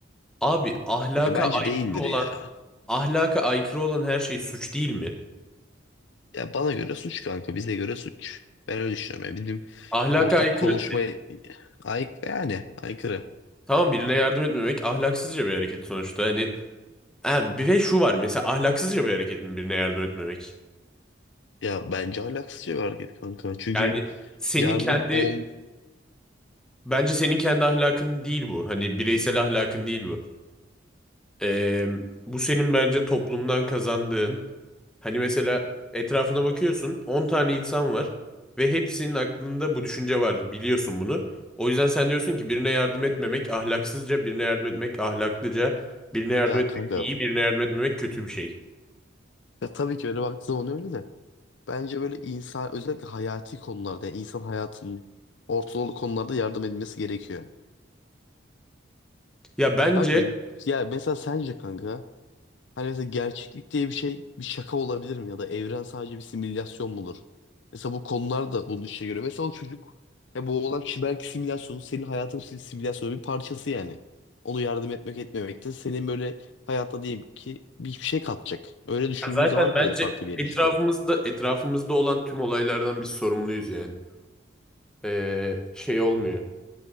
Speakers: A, in the centre; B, on the left.
A: Abi ahlaka
B: Kanka bence
A: aykırı
B: değildir
A: olan
B: ya.
A: ahlaka aykırı olan her şey suç değil mi?
B: Ya bana göre suç kanka bize göre suç. Ben öyle düşünüyorum yani bizim
A: Ahlaka
B: ortak
A: aykırı
B: konuşmaya ay yani aykırı.
A: Tamam birine yardım etmemek ahlaksızca bir hareket sonuçta. Hani ha, bir ve şu var mesela ahlaksızca bir hareket mi birine yardım etmemek?
B: Ya bence ahlaksızca bir hareket kanka. Çünkü
A: Yani senin
B: yardım
A: kendi
B: ol
A: bence senin kendi ahlakın değil bu. Hani bireysel ahlakın değil bu. Ee, bu senin bence toplumdan kazandığın. Hani mesela etrafına bakıyorsun 10 tane insan var ve hepsinin aklında bu düşünce var biliyorsun bunu. O yüzden sen diyorsun ki birine yardım etmemek ahlaksızca, birine yardım etmek ahlaklıca, birine yardım
B: ya
A: etmek
B: kanka
A: iyi, birine yardım etmemek kötü bir şey.
B: ya tabii ki öyle baktığı zaman öyle de bence böyle insan özellikle hayati konularda yani insan hayatının ortalığı konularda yardım edilmesi gerekiyor.
A: Ya bence
B: Kanka ya mesela sence kanka Hani mesela gerçeklik diye bir şey bir şaka olabilir mi? Ya da evren sadece bir simülasyon mudur? Mesela bu konular da bunun işe göre. Mesela o çocuk ya bu olan kişi belki simülasyonu senin hayatın sil- simülasyonu bir parçası yani. Onu yardım etmek etmemek de senin böyle hayatta diyeyim ki bir şey katacak. Öyle düşündüğün
A: ya zaten
B: zaman
A: bence
B: da öyle farklı bir yere
A: etrafımızda
B: çıkıyor.
A: etrafımızda olan tüm olaylardan biz sorumluyuz yani. Ee, şey olmuyor.